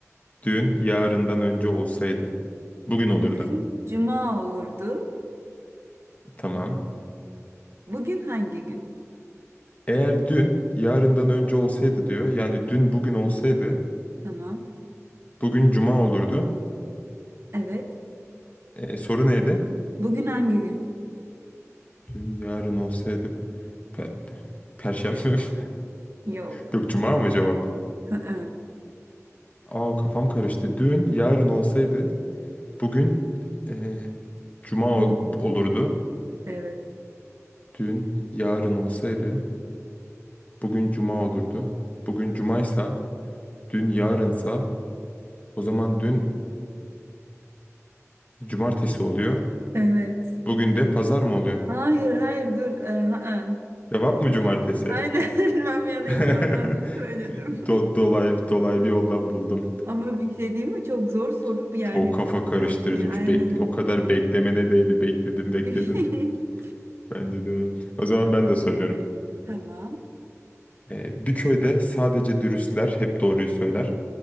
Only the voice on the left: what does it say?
Dün yarından önce olsaydı. Bugün olurdu.
Tamam.
Eğer dün yarından önce olsaydı diyor. Yani dün bugün olsaydı.
Bugün cuma olurdu.
E, soru neydi?
Dün yarın olsaydı. pe- Perşembe mi?
<laughs> Yok cuma mı cevap?
Aa kafam karıştı. Dün yarın olsaydı. Bugün e, cuma
ol- olurdu.
Dün yarın olsaydı. Bugün cuma olurdu. Bugün cumaysa. Dün yarınsa. O zaman dün cumartesi oluyor.
Bugün de pazar mı oluyor?
Cevap mı cumartesi?
<laughs>
Do-
dolaylı, dolaylı yoldan buldum.
<laughs>
Çok kafa karıştırıcıymış.
Bekle,
o kadar beklemene değdi. Bekledim, bekledim.
Ben de diyorum. O zaman ben de soruyorum.
Ee, bir köyde sadece dürüstler hep doğruyu söyler